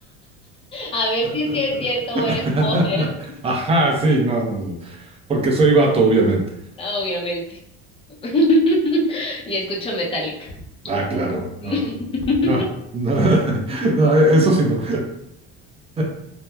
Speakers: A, on the left; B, on the right.
A: A ver si
B: <laughs>
A: sí es cierto o eres poser.
B: Ajá, sí, no, porque soy vato, obviamente.
A: Ah, Obviamente. <laughs> Y escucho Metallica.
B: Ah, claro. No,
A: <laughs>
B: no, no, <laughs> no, eso sí no. <laughs>